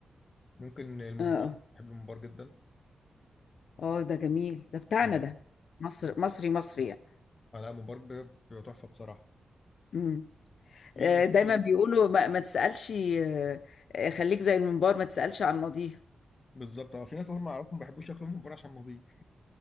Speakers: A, on the left; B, on the left.
A: ممكن الممبار
B: اه اه
A: بحب الممبار جدا
B: آه، ده جميل ده بتاعنا
A: اه
B: ده مصر مصري مصري يعني
A: آه، لا الممبار بيبقى بيبقى تحفه بصراحه
B: مم.
A: في
B: آه،
A: ناس
B: دايما
A: ممكن
B: بيقولوا ما, ما تسالش آه، آه، خليك زي المنبار ما تسالش عن ماضيه
A: بالظبط اه في ناس اصلا ما اعرفهم ما بيحبوش ياكلوا الممبار عشان ماضيه